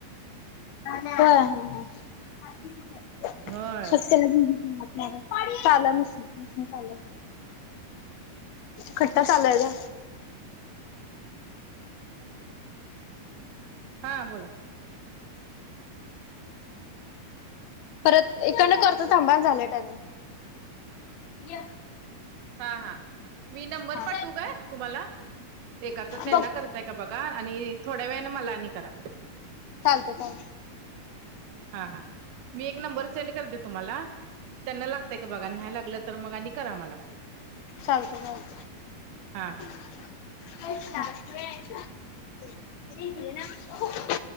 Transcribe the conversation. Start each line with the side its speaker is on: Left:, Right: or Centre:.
Left: का हा हा.
Right: होय.
Left: णार चाल मशीन मशीन चाल. खट्टा चालायचा.
Right: हां बोला.
Left: परत एकन करत थांबाण झालंय त्यानी ये.
Right: हा हा मी नंबर
Left: हा
Right: पाठू काय तुम्हाला? एचं त्यांना
Left: बघ
Right: करतय का बघा आणि थोड्या वेळने मलानी करा.
Left: चालतंय <inaudible>
Right: हा हा मी एक नंबर सेंड करते तुम्हाला? त्यांना लागतय की बघा न्याय लागलं तर मग आणि करा मला
Left: चालत मल.
Right: हां हां.
Left: अ ना.